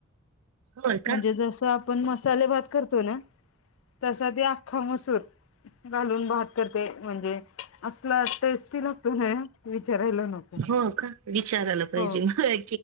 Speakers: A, on the right (about 80°); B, on the left (about 65°).
A: होय
B: म्हणजे
A: का
B: जस आपण मसाले भात करतो ना? तसा ते अख्खा मसूर घालून भात करते म्हणजे असला टेस्टी लागतो ना विचारायला नको.
A: हो का विचारायला पाहिजे
B: हो
A: होय.